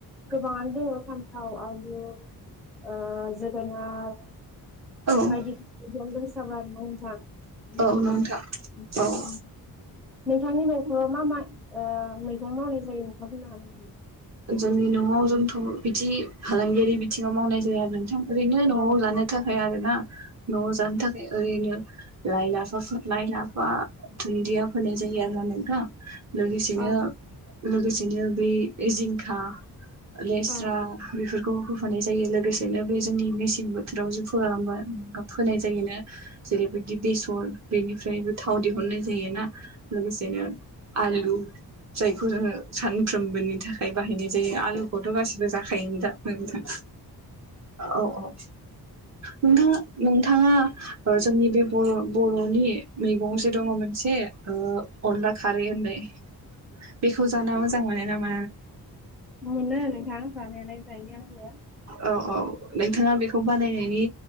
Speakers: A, in the centre; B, on the right.
A: गोबाङानो दङ फान्थाव आलु ओ जोगोनार
B: औ
A: बायदि <unintelligible> नोंथां <unintelligible>
B: औ नोंथां औ
A: नोंथांनि न'खराव मा मा ओ मैगं मावनाय जायो नोंथांआ बुंनो हागोन नामा
B: जोंनि न'आव जोंथ' बिदि फालांगियारि बिथिङाव मावनाय जाया नोंथां ओरैनो न'आव
A: अ
B: जानो थाखाय आरोना न'आव जानो थाखाय ओरैनो लाय लाफोर लाय लाफा दुन्दिया फोनाय जायो आरो ना नोंथां लोगोसेनो
A: अ
B: लोगोसेनो बै जिंखा, लेस्रा
A: अ
B: बेफोरखौ होफानाय जायो लोगोसे बिदिनो बे जोंनि मेसें बोथोराव जे फोआ होनबा? फोनाय जायोना जेरैबायदि बेसर बेनिफ्रायबो थाव दिहुननाय जायोना। लोगोसेनो आलु जायखौ जोङो सानफ्रोमबोनि थाखाय बाहायनाय जायो आलुखौथ' गासिबो जाखायोनो दा नोंथां औ औ। नोंथां नोंथाङा जोंनि बे बर' बर' मैगंजे दङ मोनसे अनला खारै होननाय बेखौ जानो मोजां मोनो नामा?
A: मोनो नोंथां जानायालाय जायो आरो।
B: औ औ नोंथाङा बेखौ बानायनायनि